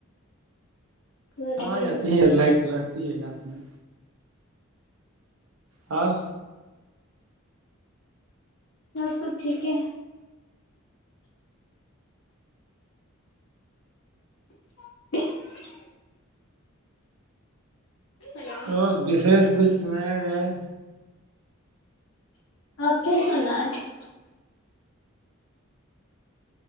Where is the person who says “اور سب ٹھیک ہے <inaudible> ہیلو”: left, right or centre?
Left